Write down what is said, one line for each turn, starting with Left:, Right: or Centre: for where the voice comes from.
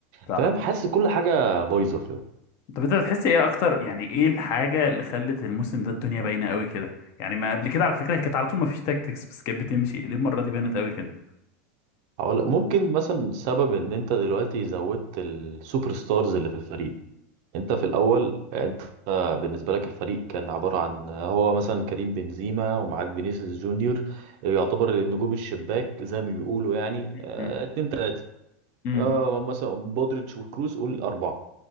Left: صح
Right: فاهم حاسس كل حاجة بايظة كده
Left: طب أنت بتحس إيه أكتر يعني إيه الحاجة اللي خلت الموسم ده الدنيا باينة قوي كده؟ يعني ما قبل كده على فكرة هي كانت على طول ما فيش تكتكس بس كانت بتمشي ليه المرة دي بانت قوي كده؟
Right: هقول- ممكن مثلا سبب ان انت دلوقتي زودت السوبر ستارز اللي في الفريق انت في الاول انت بالنسبه لك الفريق كان عباره عن هو مثلا كريم بنزيما ومعاك فينيسيوس جونيور يعتبر النجوم الشباك زي ما بيقولوا يعني آه،
Left: مم.
Right: اتنين تلاته
Left: مم.
Right: آه، مثلا بودريتش وكروس قول اربعه